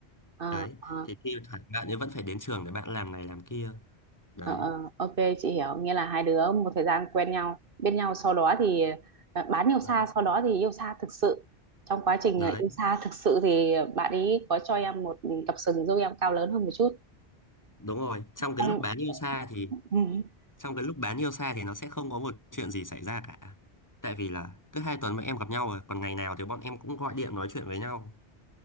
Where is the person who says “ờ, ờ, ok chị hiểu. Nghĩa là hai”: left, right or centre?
Right